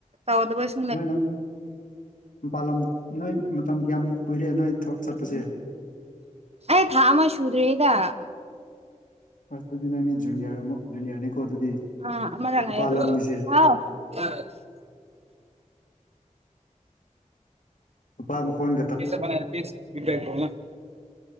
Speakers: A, on the right (about 50°); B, on the left (about 85°).
A: ꯇꯗꯕꯁꯨ
B: ꯅꯣꯏꯅ ꯃꯄꯥꯥꯟ ꯂꯝ ꯅꯣꯏ ꯃꯇꯝ ꯀꯌꯥꯝ ꯀꯨꯏꯔꯦ ꯅꯣꯏ ꯊꯕꯛ ꯆꯠꯄꯁꯦ
A: ꯑꯩ ꯊꯥ ꯑꯃ ꯁꯨꯗ꯭ꯔꯦꯗ
B: ꯑꯁ ꯑꯗꯨꯗꯤ ꯅꯪꯒꯤ ꯖꯨꯅꯤꯌꯔ ꯑꯃ ꯖꯨꯅꯤꯌꯔꯅꯤꯀꯣ ꯑꯗꯨꯗꯤ
A: ꯑꯥ ꯑꯃꯔꯛ
B: ꯃꯄꯥꯜ
A: ꯉꯥꯏꯌꯣꯀꯣ
B: ꯂꯝꯒꯤꯁꯦ
A: ꯍꯥꯎ <unintelligible>
B: ꯅꯨꯄꯥ ꯃꯈꯣꯟ
A: <unintelligible>